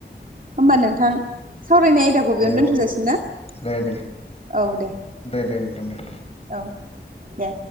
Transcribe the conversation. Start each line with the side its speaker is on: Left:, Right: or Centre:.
Right: होमबा नोंथां सावरायनाय आयदाखौ
Left: दे
Right: बेयावनो दोनथ'जासिोन
Left: अब्ला
Right: ना
Left: दे दे
Right: औ दे
Left: दे दे नोंथां दे
Right: औ दे